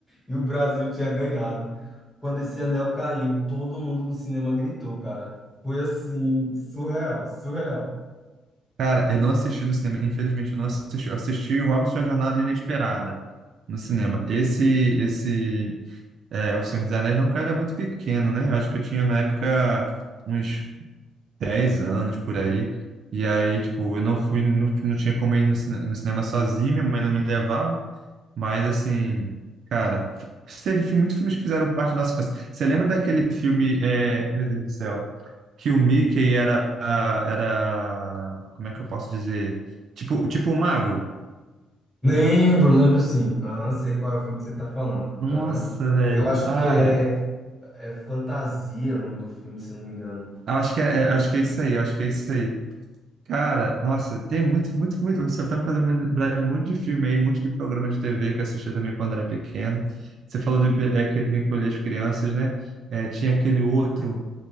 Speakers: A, in the centre; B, on the right.
A: E o Brasil tinha ganhado. Quando esse anel caiu, todo mundo no cinema gritou, cara. Foi assim, surreal, surreal.
B: cara, eu não assisti no cinema, infelizmente eu não assisti. Eu assisti o Hobbit e a Jornada Inesperada no cinema. Esse, esse, é, O Senhor dos Anéis, não, cara, era muito pequeno, né? Eu acho que eu tinha na época uns 10 anos por aí. E aí, tipo, eu não fui, não, não tinha como ir no, cine- no cinema sozinho, minha mãe não me levava. Mas, assim, cara, teve muitos filmes que fizeram parte da nossa infância. Você lembra daquele filme, é, meu Deus do céu, que o Mickey era, era, como é que eu posso dizer? Tipo, tipo um mago?
A: Lembro, lembro sim. Aham, sei qual é o filme que você tá falando.
B: Nossa,
A: Aham.
B: velho.
A: Eu acho
B: Ai,
A: que é. É Fantasia o nome do filme, se eu não me engano.
B: eu acho que é, é, eu acho que é isso aí, eu acho que é isso aí. Cara, nossa, tem muito, muito, muito. Você tá me fazendo lembrar de um monte de filme aí, um monte de programa de TV que eu assistia também quando era pequeno. Você falou do, é, aquele Encolher as Crianças, né? É, tinha aquele outro.